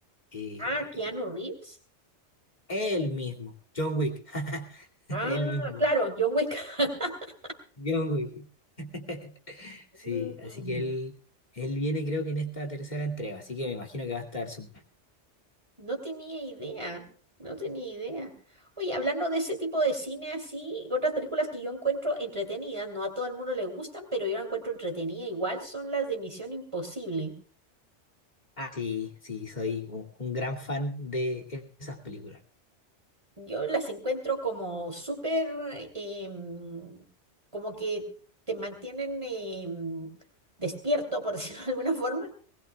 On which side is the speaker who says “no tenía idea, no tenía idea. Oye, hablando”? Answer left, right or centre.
Right